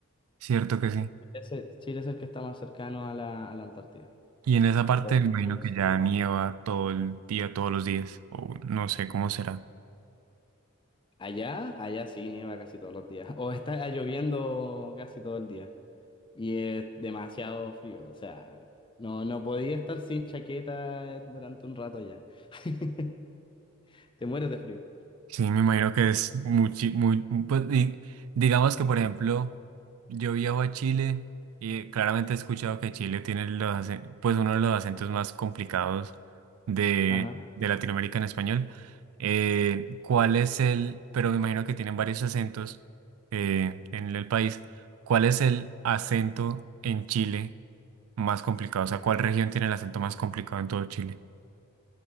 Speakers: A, on the right (about 85°); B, on the left (about 25°).
A: Cierto que sí.
B: Ese- Chile es el que está más cercano a la, a la Antártida.
A: Y en esa parte
B: Por
A: me imagino
B: el
A: que
B: sur.
A: ya nieva todo el día, todos los días, o no sé cómo será.
B: Allá, allá sí nieva casi todos los días. <laughs> O está lloviendo casi todo el día. y es demasiado frío. O sea, no, no podía estar sin chaqueta durante un rato allá. <laughs> Te mueres de frío.
A: Sí, me imagino que es muchi- muy, pues, di- digamos que por ejemplo, yo viajo a Chile y claramente he escuchado que Chile tiene los, acen- pues uno de los acentos más complicados de,
B: Ajá.
A: de Latinoamérica en español. Eh, ¿cuál es el, pero me imagino que tienen varios acentos eh, en el país. ¿Cuál es el acento en Chile más complicado? O sea, ¿cuál región tiene el acento más complicado en todo Chile?